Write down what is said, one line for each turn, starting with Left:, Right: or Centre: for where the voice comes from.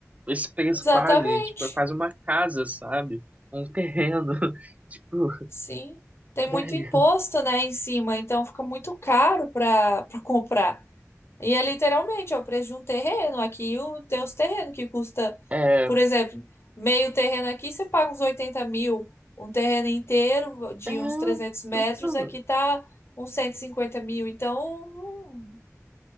Right: esse preço
Left: exatamente.
Right: quase, tipo, é quase uma casa, sabe? Um terreno, <laughs> tipo,
Left: Sim. Tem
Right: velho.
Left: muito imposto, né, em cima, então fica muito caro para para comprar. E é literalmente, é o preço de um terreno. Aqui o- tem uns terrenos que custa,
Right: É,
Left: por exemplo, meio terreno aqui você paga uns 80 mil. Um terreno inteiro de
Right: É,
Left: uns trezentos metros
Right: então,
Left: aqui tá uns 150 mil. Então, não-